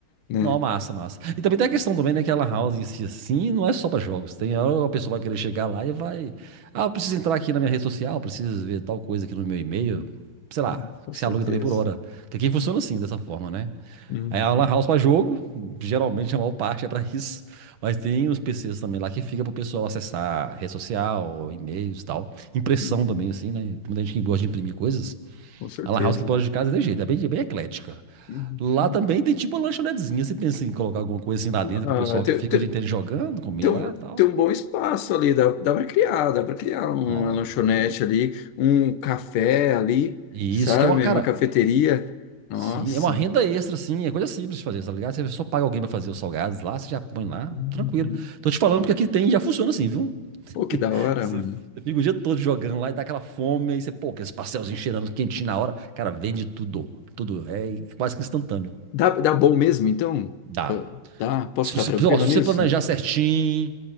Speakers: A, on the left (about 75°); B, on the right (about 70°).
A: né?
B: Não, massa, massa. E também tem a questão também, né, que a Lan House em si, assim, não é só para jogos. Tem hora que a pessoa vai querer chegar lá e vai... Ah, eu preciso entrar aqui na minha rede social, preciso ver tal coisa aqui no meu e-mail. Sei lá,
A: Ah, Com
B: se
A: certeza.
B: aluga também por hora. Que aqui funciona assim, dessa forma, né?
A: Uhum.
B: Aí a Lan House para jogo, geralmente a maior parte é para <laughs> isso. Mas tem os PCs também lá que fica pro pessoal acessar rede social, e-mails e tal. Impressão
A: Uhum.
B: também, assim, né? Tem muita gente que gosta de imprimir coisas.
A: Com certeza,
B: A lan house que pode
A: né?
B: de casa é de jeito, é bem, é bem eclética.
A: Uhum.
B: Lá também tem tipo uma lanchonetezinha. Você pensa em colocar alguma coisa assim lá dentro
A: Ah,
B: pro pessoal
A: tem,
B: que fica
A: tem,
B: o dia inteiro jogando, comer
A: tem um,
B: lá e tal.
A: tem um bom espaço ali, dá, dá para criar, dá para criar um,
B: Ó.
A: uma lanchonete ali, um café ali,
B: E
A: sabe?
B: isso que é uma, cara,
A: Uma cafeteria. Nossa.
B: sim, é uma renda extra, assim, é coisa simples de fazer, tá ligado? Você só paga alguém pra fazer os salgados lá, você já põe lá,
A: Uhum.
B: tranquilo. Tô te falando porque aqui tem, já funciona assim, viu?
A: Pô, que
B: <laughs>
A: da hora,
B: Você
A: mano.
B: você fica o dia todo jogando lá e dá aquela fome, aí você, pô, aqueles pastelzinhos cheirando quentinho na hora. Cara, vende tudo, tudo. É quase que instantâneo.
A: Dá, dá bom mesmo, então?
B: Dá.
A: Fa- Dá? Posso
B: Se
A: ficar
B: você,
A: tranquilo
B: ó, se
A: nisso?
B: você planejar certinho,